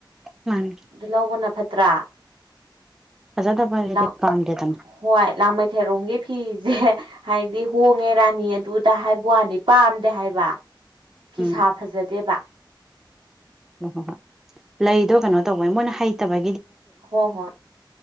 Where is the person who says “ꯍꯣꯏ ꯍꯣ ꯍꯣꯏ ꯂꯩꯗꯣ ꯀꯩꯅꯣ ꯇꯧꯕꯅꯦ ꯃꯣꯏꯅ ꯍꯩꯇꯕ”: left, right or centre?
Centre